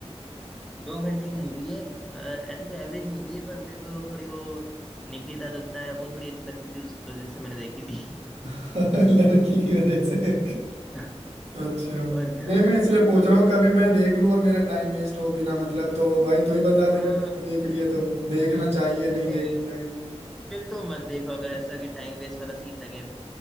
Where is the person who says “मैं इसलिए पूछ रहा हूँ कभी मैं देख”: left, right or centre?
Right